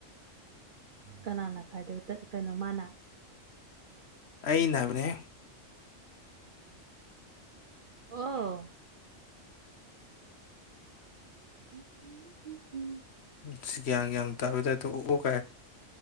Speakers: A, on the right; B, on the left.
A: ꯀꯅꯥꯅ ꯈꯥꯏꯗꯦ ꯇꯠ ꯀꯩꯅꯣ ꯃꯥꯅ
B: ꯑꯩꯅ ꯍꯥꯏꯕꯅꯦ
A: ꯑꯣ <unintelligible>
B: ꯏꯁ ꯒ꯭ꯌꯥꯟ ꯒ꯭ꯌꯥꯟ ꯇꯥꯕꯩ ꯇꯥꯢꯄꯇ ꯑꯣꯛ ꯑꯣ ꯀꯥꯏ